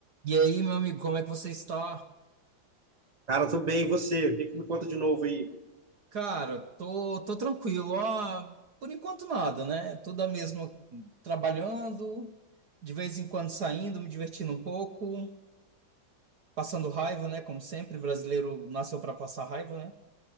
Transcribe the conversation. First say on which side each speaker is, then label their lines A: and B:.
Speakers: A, on the right; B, on the right.
A: E aí, meu amigo, como é que você está?
B: Cara, tô bem, e você? O que que me conta de novo aí?
A: Cara, tô, tô tranquilo. Ah, por enquanto nada, né? Tudo a mesma, trabalhando, de vez em quando saindo, me divertindo um pouco, passando raiva, né? Como sempre, brasileiro nasceu para passar raiva, né?